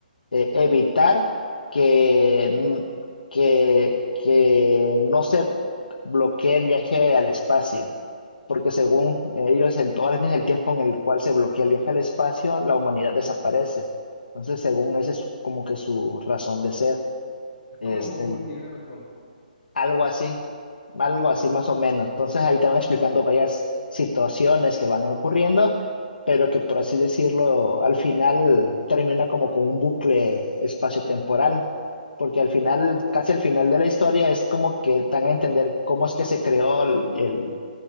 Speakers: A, on the left; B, on the left.
A: eh, evitar que, n- que, que no se bloquee el viaje al espacio, porque según ellos, en todas las líneas del tiempo en el cual se bloquea el viaje al espacio, la humanidad desaparece. Entonces, según ese es su- como que su razón de ser.
B: Es
A: Este,
B: como un multiverso.
A: algo así, algo así más o menos. Entonces ahí te van explicando varias situaciones que van ocurriendo, pero que por así decirlo, al final termina como con un bucle espacio-temporal, porque al final, casi al final de la historia es como que dan a entender cómo es que se creó el, el-